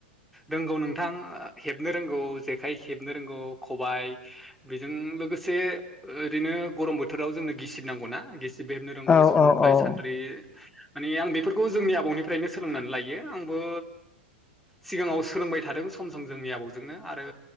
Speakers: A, in the centre; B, on the left.
A: रोंगौ नोंथां हेबनो रोंगौ जेखाइ हेबनो रोंगौ खबाय। बेजों लोगोसे ओरैनो गरम बोथोराव जोंनो गिसिब नांगौना गिसि हेबनो रोंगौ
B: औ
A: संग्राय
B: औ औ
A: सानद्रि माने आं बेफोरखौ जोंनि आबौ आबौनिफ्रायनो सोलोंनानै लायो आंबो सिगाङाव सोलोंबाय थादों सम सम जोंनि आबौजोंनो आरो